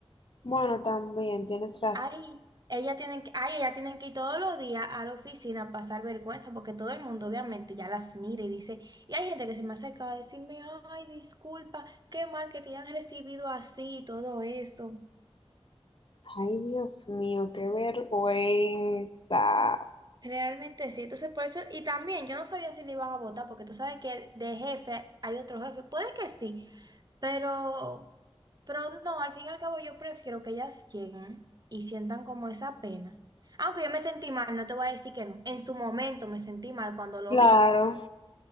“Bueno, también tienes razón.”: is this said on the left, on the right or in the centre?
Left